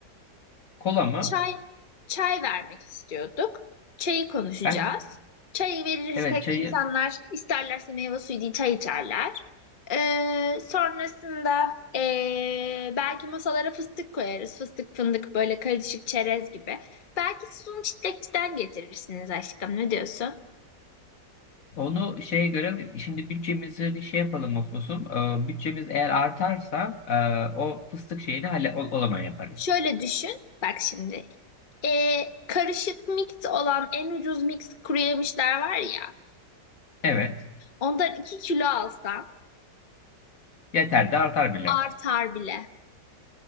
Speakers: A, on the left (about 50°); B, on the left (about 30°).
A: Kola mı?
B: Çay, çay vermek istiyorduk. Çayı konuşacağız.
A: Bence
B: Çayı verirsek
A: evet çayı
B: insanlar isterlerse meyve suyu değil çay içerler. Ee, sonrasında ee, belki masalara fıstık koyarız. Fıstık fındık böyle karışık çerez gibi. Belki siz onu çitlekçiden getirirsiniz aşkım ne diyorsun?
A: onu şeye göre şimdi bütçemizi bir şey yapalım Osmos'um. Ee, bütçemiz eğer artarsa e, o fıstık şeyini hala o, o zaman yaparız.
B: Şöyle düşün. Bak şimdi. Ee, karışık mix olan en ucuz mix kuru yemişler var ya.
A: Evet.
B: Ondan 2 kilo alsam
A: Yeter de artar bile.
B: artar bile.